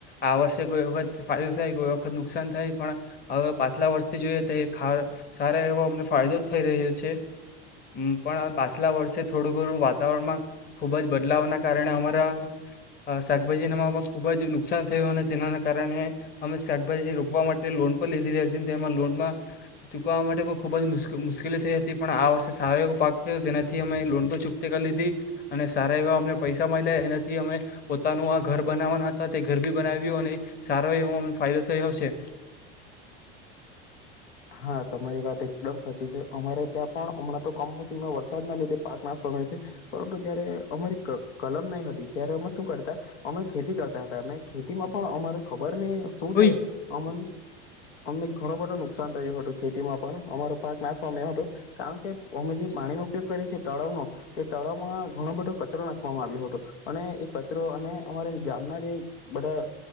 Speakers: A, on the left; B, on the left.
A: આ વર્ષે કોઈ વખત ફાયદો થાય કોઈ વખત નુકસાન થાય પણ હવે પાછલા વર્ષથી જોઈએ તો એ ખાર સારો એવો અમને ફાયદો જ થઈ રહ્યો છે, અ પણ પાછલા વર્ષે થોડું ઘણું વાતાવરણમાં ખુબ જ બદલાવના કારણે અમારા શાકભાજીમાં ખુબ જ નુકસાન થયું અને તેના કારણે અમે શાકભાજી રોપવા માટે લોન પર લીધી રેતી તેમાં લોનમાં ચુકવવા માટે પણ ખુબ જ મુસ મુશ્કેલી થઈ હતી પણ આ વર્ષે સારો એવો પાક થયો તેનાથી અમે લોન પર ચુકતી કરી લીધી અને સારા એવા અમને પૈસા મલ્યા એનાથી અમે પોતાનું આ ઘર બનાવવાના હતા તે ઘર બી બનાવ્યું અને સારો એવો અમને ફાયદો થયો હશે.
B: હા તમારી વાત એકદમ સાચી છે, અમારે ત્યાં પણ હમણાં તો કમોસમીમાં વરસાદ ના લીધે પાક નાશ પામ્યો છે, પરંતુ જયારે અમારી ક કલમ નહી હતી ત્યારે અમે શું કરતા અમે ખેતી કરતા હતા અને ખેતીમાં પણ અમારે ખબર અને શું
A: હોય
B: થાય અમન અમને ઘણો બધો નુકસાન થયું હતું ખેતીમાં પણ, અમારો પાક નાશ પામ્યો હતો કારણ કે અમે જે પાણીનો ઉપયોગ કરી છ છે તળાવનો, એ તળાવમાં ઘણો બધો કચરો નાખવામાં આવ્યો હતો અને એ કચરો અને અમારે ગામના જે બધા